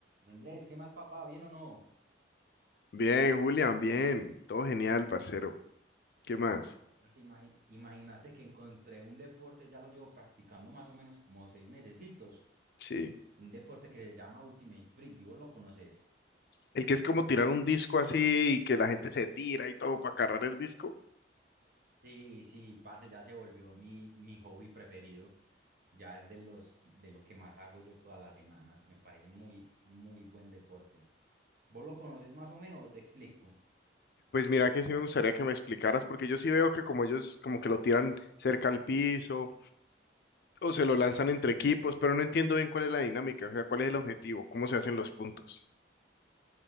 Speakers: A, on the right (about 50°); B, on the left (about 55°).
A: Andrés, ¿qué más, papá? ¿Bien o no?
B: Bien, Julián, bien. Todo genial, parcero. ¿Qué más?
A: Parce, imagi- imagínate que encontré un deporte, ya lo llevo practicando más o menos como seis mesecitos,
B: Sí.
A: un deporte que se llama Ultimate Frisbee, ¿vos lo conoces?
B: El que es como tirar un disco así y que la gente se tira y todo para cargar el disco.
A: Sí, sí, parce, ya se volvió mi, mi hobby preferido, ya es de los, de lo que más hago yo todas las semanas, me parece muy, muy buen deporte. ¿Vos lo conoces más o menos o te explico?
B: Pues mira que sí me gustaría que me explicaras, porque yo sí veo que como ellos como que lo tiran cerca al piso o se lo lanzan entre equipos, pero no entiendo bien cuál es la dinámica, o sea, cuál es el objetivo, cómo se hacen los puntos.